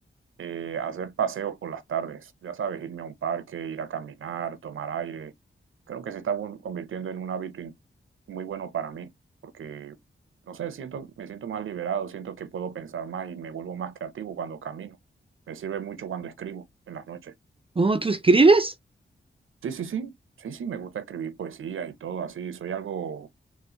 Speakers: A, on the right; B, on the right.
A: eh, hacer paseos por las tardes, ya sabes, irme a un parque, ir a caminar, tomar aire. Creo que se está vol- convirtiendo en un hábito in- muy bueno para mí, porque, no sé, siento, me siento más liberado, siento que puedo pensar más y me vuelvo más creativo cuando camino. Me sirve mucho cuando escribo en las noches.
B: Oh, ¿tú escribes?
A: Sí, sí, sí, sí, sí, me gusta escribir poesía y todo así, soy algo